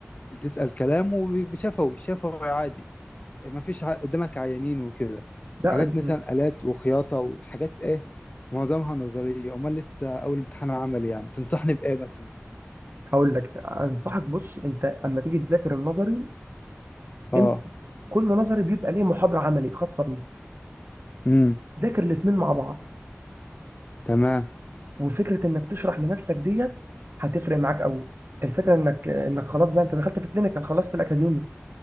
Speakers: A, on the left; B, on the right.
A: آه، تسأل كلام وشفوي شفوي عادي ما فيش ع- قدامك عيانين وكده
B: لا
A: حاجات
B: انت-
A: مثلا آلات وخياطة وحاجات ايه معظمها نظرية امال لسه اول امتحان عملي يعني تنصحني بايه مثلا
B: هقول لك انصحك بص انت اما تيجي تذاكر النظري
A: اه
B: انت كل نظري بيبقى ليه محاضره عملي خاصه بيه
A: امم
B: ذاكر الاثنين مع بعض
A: تمام
B: وفكره انك تشرح لنفسك ديت هتفرق معاك قوي الفكره انك انك خلاص بقى انت دخلت في كلينيكال خلصت الاكاديمي